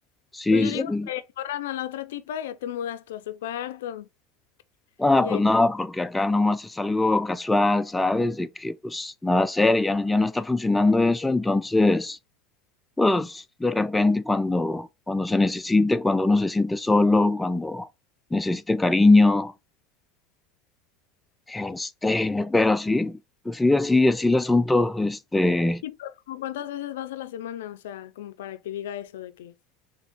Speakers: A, in the centre; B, on the left (about 85°).
A: Sí,
B: Pues yo
A: sí.
B: digo
A: sí.
B: que corran a la otra tipa y ya te mudas tú a su cuarto.
A: Ah,
B: Y
A: pues
B: ahí.
A: no, porque acá nomás es algo casual, ¿sabes? De que pues nada serio, ya, no- ya no está funcionando eso, entonces, pues
B: mm.
A: de repente cuando, cuando se necesite, cuando uno se siente solo, cuando necesite cariño, este, pero sí, pues sí, así, así el asunto, este,
B: Sí, pero como ¿cuántas veces vas a la semana? O sea, como para que diga eso de que.